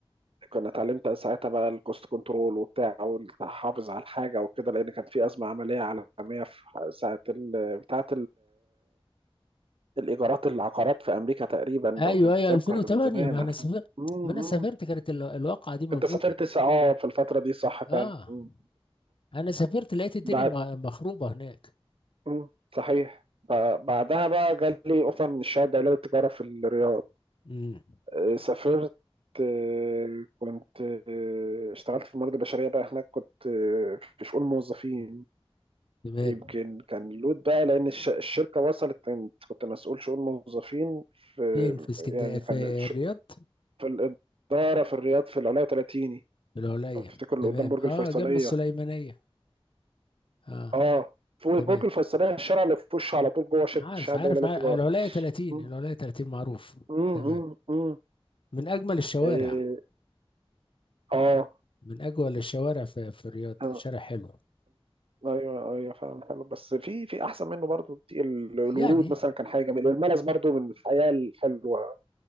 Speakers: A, on the right; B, on the left.
A: كنا اتعلمت ساعتها بقى الكوست كنترول وبتاع والتحافظ على الحاجة وكده لأن كان في أزمة عملية عالمية في ساعة ال- بتاعة الإيجارات العقارات في أمريكا تقريبا
B: ايوه
A: لو تتذكر
B: ايوه 2008
A: ده من زمان
B: ما
A: عارفة
B: انا سافرت
A: مم،
B: ما
A: مم.
B: انا سافرت كانت ال- الواقعه دي موجوده
A: أنت سافرت س- اه في الفترة دي صح فعلا
B: اه
A: مم.
B: انا سافرت لقيت الدنيا
A: بعد
B: م- مخروبه هناك
A: مم. صحيح ب- بعدها بقى جالي أوفر من الشهادة الدولية للتجارة في الرياض
B: امم
A: آه، سافرت آه، كنت آه، اشتغلت في الموارد البشرية بقى هناك كنت آه، في شؤون موظفين
B: تمام
A: يمكن كان لود بقى لأن الش- الشركة وصلت كنت كنت مسؤول شؤون موظفين في
B: فين في اسكندريه
A: يعني
B: في
A: كان
B: الرياض
A: في الإدارة في الرياض في العلاية 30
B: في العليا
A: لو تفتكر اللي
B: تمام
A: قدام برج
B: اه
A: الفيصلية
B: جنب السليمانيه اه
A: اه فوق
B: تمام
A: برج الفيصلية الشارع اللي في وشه على طول جوه شركة
B: عارف
A: الشحن
B: عارف,
A: الدولية للتجارة
B: عارف. العليا 30
A: مم،
B: العليا 30 معروف
A: مم،
B: تمام
A: مم، مم.
B: من اجمل الشوارع
A: إيه، اه
B: من اجمل الشوارع في, في الرياض
A: آه،
B: شارع حلو
A: ايوه ايوه فعلا حلو بس في في احسن منه برضو كتير. ال- الورود
B: يعني
A: مثلا كان حاجه جميله والملز برضو من الحياه الحلوه